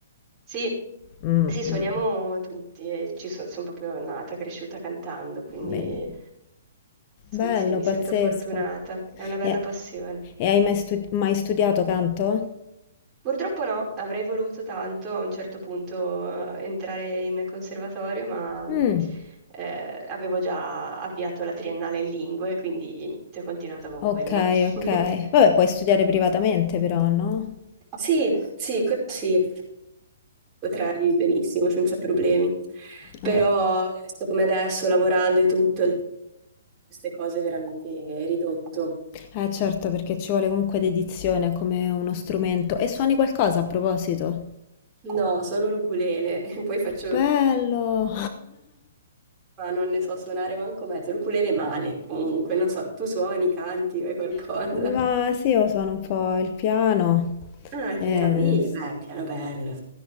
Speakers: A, on the right; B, on the left.
A: sì,
B: Mm,
A: sì, suoniamo
B: mm.
A: tutti, eh, ci sono, sono proprio nata, cresciuta cantando, quindi
B: Bel-
A: son-
B: Bello,
A: sì, mi sento
B: pazzesco.
A: fortunata, è una bella
B: E,
A: passione.
B: e hai mai, stu- mai studiato canto?
A: Purtroppo no, avrei voluto tanto a un certo punto eh, entrare in conservatorio, ma
B: Mm,
A: eh, avevo già avviato la triennale in lingue, quindi niente, ho continuato con
B: ok,
A: quella. <laughs>
B: ok. Vabbè, puoi studiare privatamente però, no?
A: Sì, sì, così potrei benissimo, senza problemi. Però,
B: Eh,
A: adesso come adesso, lavorando e tutto, il tempo per queste cose è veramente ridotto.
B: Eh certo, perché ci vuole comunque dedizione come uno strumento. E suoni qualcosa a proposito?
A: No, solo l'ukulele, <laughs> poi faccio
B: Bello!
A: Ma non ne so suonare manco mezzo, l'ukulele male, comunque, non so, tu suoni, canti, fai qualcosa.
B: <laughs> Ma sì, io suono un po' il piano.
A: Ah, che
B: Eh,
A: meraviglia, beh, piano bello.